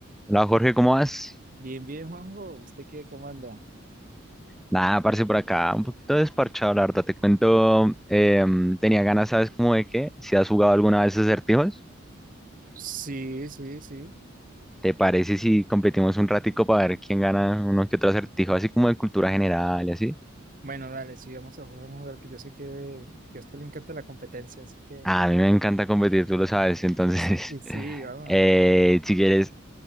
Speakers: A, in the centre; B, on the right (about 40°).
A: Hola Jorge, ¿cómo vas?
B: Bien, bien, Juanjo. ¿Usted qué, cómo anda?
A: Nada, parce, por acá, un poquito desparchado, la verdad, te cuento, em, tenía ganas, ¿sabes cómo de qué? Si has jugado alguna vez acertijos,
B: Sí, sí, sí.
A: ¿te parece si competimos un ratico para ver quién gana uno que otro acertijo, así como de cultura general y así?
B: Bueno, dale, sí, vamos a jugar vamos a lugar que yo sé que, que a usted le encanta la competencia, así que
A: Ah, A mí me encanta competir, tú lo sabes, entonces,
B: <laughs> sí, sí,
A: <laughs>
B: vamos.
A: eh, si quieres,